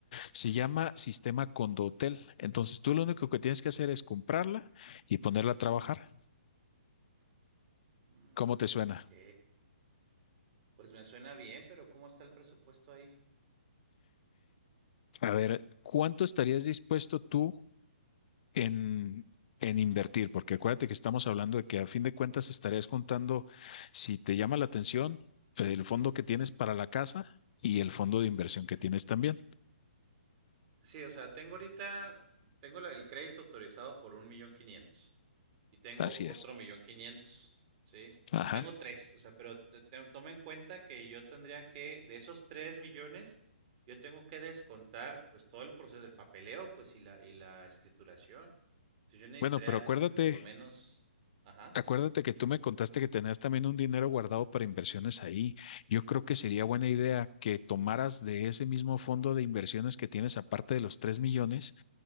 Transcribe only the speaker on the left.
Se llama sistema Condotel. Entonces tú lo único que tienes que hacer es comprarla y ponerla a trabajar.
¿Cómo te suena?
A ver, ¿cuánto estarías dispuesto tú en, en
invertir, porque acuérdate que estamos hablando de que a fin de cuentas estarías contando, si te llama la atención, el fondo que tienes para la casa y el fondo de inversión
que tienes también.
Así
es.
Ajá.
Bueno, pero
acuérdate,
acuérdate que tú me contaste que tenías también un dinero guardado para inversiones ahí. Yo creo que sería buena idea que tomaras de ese mismo fondo de inversiones que tienes, aparte de los 3 millones,